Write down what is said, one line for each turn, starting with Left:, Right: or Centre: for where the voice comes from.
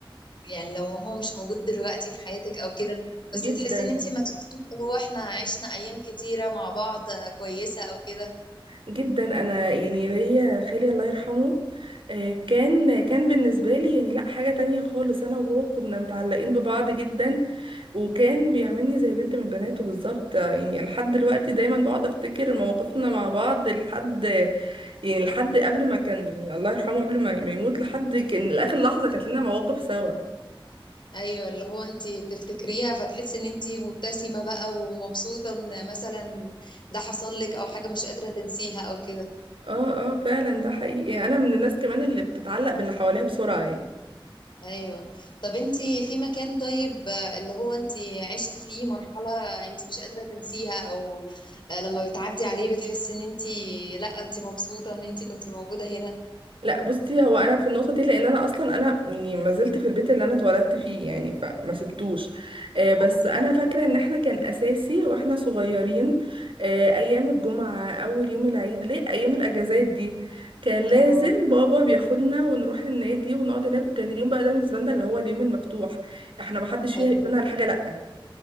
Left: يعني لو هو مش موجود دلوقتي في حياتك او كده بس
Right: جدا
Left: بتحسي ان انتي ما تشوفيه اللي هو احنا عشنا ايام كتيرة مع بعض كويسة او كده
Right: جدا انا يعني ليا خالي الله يرحمه آه، كان كان بالنسبه لي يعني لا حاجه تانية خالص انا وهو كنا متعلقين ببعض جدا وكان بيعاملني زي بنت من بناته بالظبط آه، يعني لحد دلوقتي دايما بقعد افتكر مواقفنا مع بعض لحد يعني لحد قبل ما كان يعني الله يرحمه قبل ما ما يموت لحد كان لاخر لحظه كانت لنا مواقف سوا
Left: ايوه اللي هو انتي بتفتكريها فتحسي ان انتي مبتسمة بقى ومبسوطة ان مثلا ده حصل لك او حاجة مش قادرة تنسيها او كده
Right: اه اه فعلا ده حقيقي انا من الناس كمان اللي بتتعلق باللي حواليها بسرعه يعني
Left: ايوه طب انتي في مكان طيب آه، اللي هو انتي عشتي فيه مرحلة انتي مش قادرة تنسيها او آه، لما بتعدي عليه بتحسي ان انتي لا انتي مبسوطة ان انتي كنتي موجودة هنا
Right: لا بصي هو انا في النقطه دي لان انا اصلا انا يعني ما زلت في البيت اللي انا اتولدت فيه يعني فما سبتوش آه بس
Left: لا أصلاً.
Right: انا فاكره ان احنا كان اساسي واحنا صغيرين آه ايام الجمعه اول يوم العيد ليه ايام الاجازات دي كان لازم
Left: اه
Right: بابا بياخدنا ونروح النادي ونقعد هناك وكان اليوم بقى ده بالنسبه لنا اللي هو اليوم المفتوح احنا ما حدش فيها
Left: ايوه
Right: يقولنا على حاجه لا